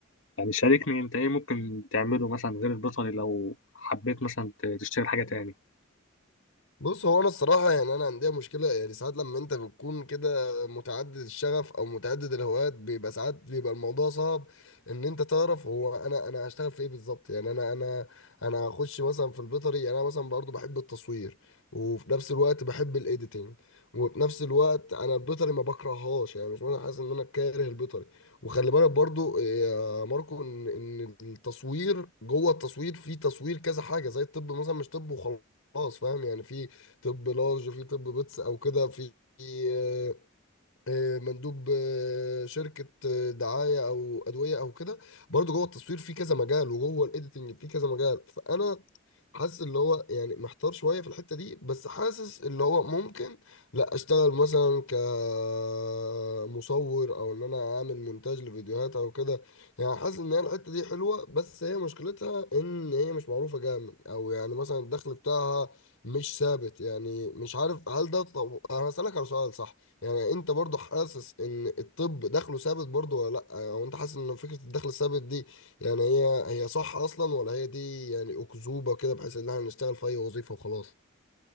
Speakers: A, on the left; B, on the left.
A: يعني شاركني أنت إيه ممكن تعمله مثلا غير البيطري لو حبيت مثلا ت- تشتغل حاجة تاني
B: بص هو انا الصراحه يعني انا عندي مشكله يعني ساعات لما انت بتكون كده متعدد الشغف او متعدد الهوايات بيبقى ساعات بيبقى الموضوع صعب ان انت تعرف هو انا انا هشتغل في ايه بالظبط يعني انا انا انا هخش مثلا في البيطري يعني انا مثلا برضو بحب التصوير وفي نفس الوقت بحب الايديتنج وفي نفس الوقت انا البيطري ما بكرههاش يعني مش انا حاسس ان انا كاره البيطري وخلي بالك برضو يا ماركو ان ان التصوير جوه التصوير في تصوير كذا حاجه زي الطب مثلا مش طب وخلاص خلاص فاهم يعني في طب لارج في طب بيتس او كده في في، آه، آه، مندوب آه، شركة آه، دعاية أو أدوية أو كده برضه جوه التصوير في كذا مجال وجوه الإيديتنج في كذا مجال فأنا حاسس اللي هو يعني محتار شوية في الحتة دي بس حاسس اللي هو ممكن لا اشتغل مثلا كمصور او ان انا اعمل مونتاج لفيديوهات او كده يعني حاسس ان هي الحتة دي حلوة بس هي مشكلتها ان هي مش معروفة جامد او يعني مثلا الدخل بتاعها مش ثابت يعني مش عارف هل ده طب انا هسألك على سؤال صح يعني انت برضو حاسس ان الطب دخله ثابت برضو ولا لا او انت حاسس ان فكرة الدخل الثابت دي يعني هي هي صح اصلا ولا هي دي يعني اكذوبه كده بحيث ان احنا نشتغل في اي وظيفه وخلاص